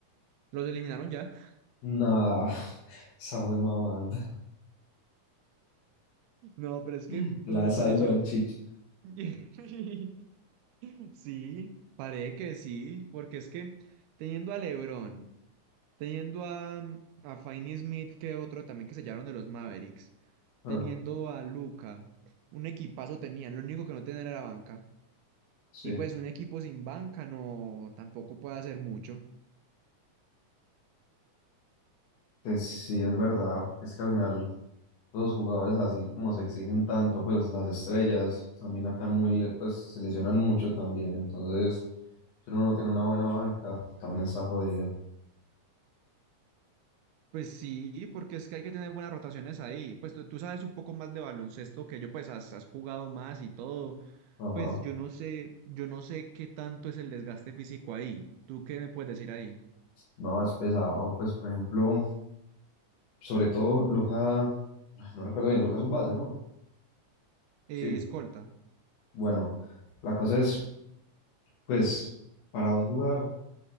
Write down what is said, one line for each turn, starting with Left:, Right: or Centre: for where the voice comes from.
Right: los eliminaron ya. <laughs>
Left: Nah, <laughs> esa más mamando.
Right: No, pero es que,
Left: <laughs>
Right: o sea,
Left: La
Right: me pareció.
Left: sal Doncic.
Right: <laughs> Sí, parece que sí, porque es que teniendo a LeBron. Teniendo a, mm, a Finney Smith, que otro también que se sellaron de los Mavericks.
Left: Ah,
Right: Teniendo a Luca. Un equipazo tenían. Lo único que no tenían era banca.
Left: sí.
Right: Y pues un equipo sin banca no tampoco puede hacer mucho.
Left: Pues sí, es verdad, porque es que al final los jugadores así como se exigen tanto, pues las estrellas también acá muy le- pues se lesionan mucho también, entonces si uno no tiene una buena banca, también está jodido.
Right: Pues sí, porque es que hay que tener buenas rotaciones ahí. Pues tú, tú sabes un poco más de baloncesto que yo, pues has, has jugado más y todo.
Left: Ajá.
Right: Pues yo no sé, yo no sé qué tanto es el desgaste físico ahí. ¿Tú qué me puedes decir ahí?
Left: No, es pesado, pues por ejemplo, sobre todo Luca, no recuerdo bien, Luca es un base, ¿no?
Right: Eh,
Left: Sí.
Right: escolta.
Left: Bueno, la cosa es, pues, para vos jugar.